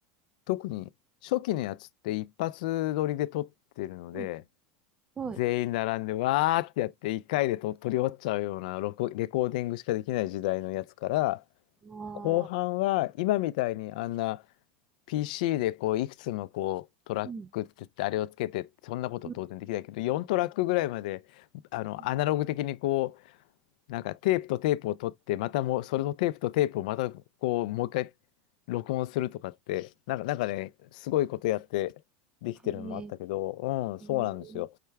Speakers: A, on the left (about 75°); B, on the right (about 20°).
A: 特に初期のやつって一発撮りで撮ってるので、
B: うん。はい。
A: 全員並んで、わーってやって、一回でと取り終わっちゃうようなロコ、レコーディングしかできない時代のやつから、
B: ああ、
A: 後半は今みたいにあんな PC でこういくつもこうトラックって言ってあれをつけてそんなこと当然できないけど4トラックぐらいまであのアナログ的にこ
B: うん。うん。うん
A: うなんかテープとテープを取ってまたもうそれのテープとテープをまたこうもう一回録音するとかってなんか、なんかねすごいことやってできてるのもあったけどうんそうなんですよ
B: へえ、へ